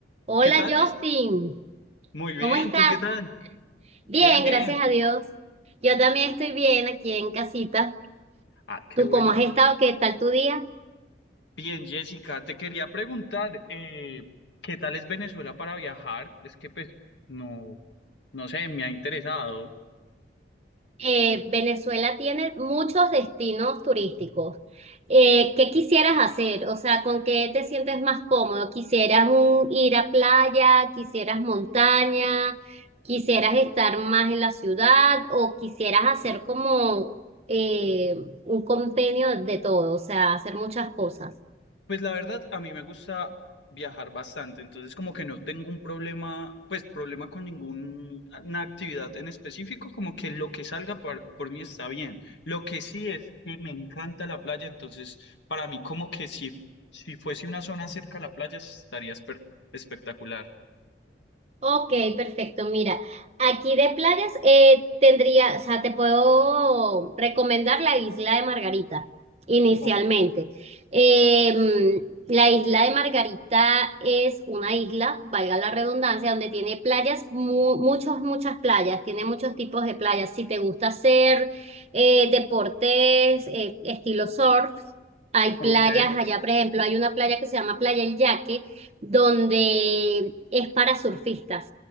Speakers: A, on the right; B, on the left.
A: Hola
B: ¿Qué tal,
A: Justin,
B: Jess? Muy bien,
A: ¿cómo estás?
B: ¿tú qué tal?
A: Bien,
B: Bien, bien.
A: gracias a Dios. Yo también estoy bien aquí en casita.
B: Ah, qué
A: ¿Tú
B: bueno.
A: cómo has estado? ¿Qué tal tu día?
B: Bien, Jessica, te quería preguntar, eh, ¿qué tal es Venezuela para viajar? Es que pues no, no sé, me ha interesado.
A: Eh, Venezuela tiene muchos destinos turísticos. Eh, ¿qué quisieras hacer? O sea, ¿con qué te sientes más cómodo? ¿Quisieras un- ir a playa? ¿Quisieras montaña? ¿Quisieras estar más en la ciudad? ¿O quisieras hacer como eh, un compendio de todo? O sea, hacer muchas cosas.
B: Pues la verdad, a mí me gusta viajar bastante, entonces como que no tengo un problema, pues problema con ninguna actividad en específico, como que lo que salga por, por mí está bien. Lo que sí es que me encanta la playa, entonces para mí como que si, si fuese una zona cerca a la playa estaría esper- espectacular.
A: Ok, perfecto. Mira, aquí de playas eh, tendría, o sea, te puedo recomendar la isla de Margarita inicialmente.
B: Ok,
A: Eh, mm, la isla de Margarita es una isla, valga la redundancia, donde tiene playas, mu- muchos, muchas playas, tiene muchos tipos de playas. Si te gusta hacer eh, deportes, eh, estilo surf, hay
B: ok,
A: playas allá, por ejemplo, hay una playa que se llama Playa El Yaque donde es para surfistas